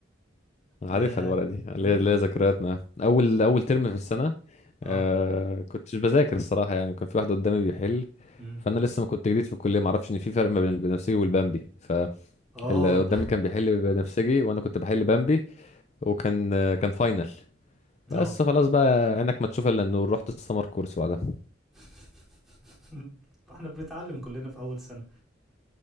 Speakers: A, on the left; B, in the centre.
A: عارفها
B: اه
A: الورقه دي ليا
B: امم
A: ليا ذكريات معاها اول اول ترم في السنه
B: اه
A: آه كنتش بذاكر الصراحه يعني وكان في واحد قدامي بيحل
B: امم
A: فانا لسه ما كنت جديد في الكليه ما اعرفش ان في فرق ما بين البنفسجي والبامبي
B: اه
A: اللي قدامي كان بيحل بنفسجي وانا كنت بحل بامبي وكان آه، كان فاينل بس
B: اه
A: خلاص بقى عينك ما تشوف الا النور رحت السمر كورس بعدها
B: <laughs> احنا بنتعلم كلنا في اول سنه